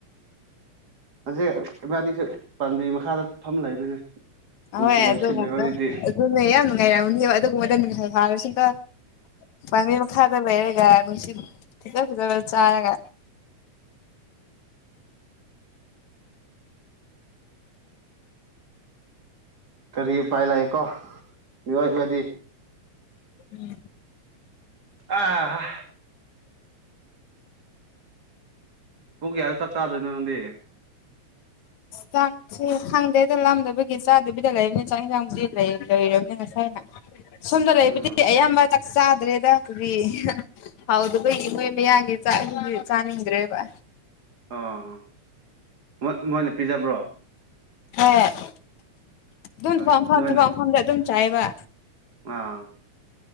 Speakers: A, on the right; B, on the left.
A: ꯍꯧꯁꯛ ꯏꯕꯥꯗꯤꯁꯨ ꯄꯥꯝꯕꯤ ꯃꯈꯥꯗ ꯐꯝ ꯂꯩꯕꯅꯤꯅꯦ ꯅꯨꯡꯁꯤꯠ
B: ꯍꯣꯏ
A: ꯌꯥꯝ
B: ꯑꯗꯨꯒꯨꯝꯕ
A: ꯁꯤꯠꯂꯦꯕ ꯍꯧꯖꯤꯛꯇꯤ
B: ꯑꯗꯨꯅꯦ ꯌꯥꯝ ꯅꯨꯡꯉꯥꯏꯔꯝꯅꯦꯕ ꯑꯗꯨꯒꯨꯝꯕꯗ ꯃꯤꯈꯥꯏ ꯐꯥꯔꯁꯨꯀ ꯄꯅꯤꯔ ꯈꯥꯗꯕꯔꯦꯒ ꯅꯨꯡꯁꯤ ꯊ ꯆ ꯆꯥꯒ
A: ꯀꯔꯤ ꯄꯥꯏ ꯂꯥꯛꯑꯦꯀꯣ ꯃꯤꯑꯣꯏꯕꯗꯤ
B: ꯎꯝ
A: ꯑꯥ ꯄꯨꯡ ꯀꯌꯥꯗ ꯆꯥꯛ ꯆꯥꯗꯣꯏꯅꯣ ꯅꯪꯗꯤ
B: ꯆꯥꯛ ꯁꯤ ꯈꯪꯗꯦꯗ ꯂꯥꯝꯗꯕꯒꯤ ꯆꯥꯗꯕꯤꯗ ꯂꯩꯔꯕꯅꯤ ꯆꯥꯛ ꯌꯦꯟꯁꯥꯡꯕꯨꯗꯤ ꯂꯩꯣꯏꯔꯕꯅꯦ ꯉꯁꯥꯏꯅ ꯁꯣꯝꯗ ꯂꯩꯕꯨꯗꯤ
A: ꯑ
B: ꯑꯌꯥꯝꯕ ꯆꯥꯛ ꯆꯥꯗ꯭ꯔꯦꯗ ꯀꯗꯤ ꯍꯥꯎꯗꯕꯩꯒꯤ ꯃꯣꯏ ꯃꯌꯥꯒꯤ ꯆꯥꯅꯤꯡꯗ꯭ꯔꯦꯕ
A: ꯑꯥ ꯃꯣꯏ ꯃꯣꯏꯅ ꯄꯤꯖꯕ꯭ꯔꯣ
B: ꯍꯣꯏ ꯑꯗꯨꯝ ꯐꯝꯐꯝ
A: ꯅꯣꯏꯅ
B: ꯊꯐꯝꯝꯐꯝꯗ ꯑꯗꯨꯝ ꯆꯥꯏꯕ
A: ꯑꯥ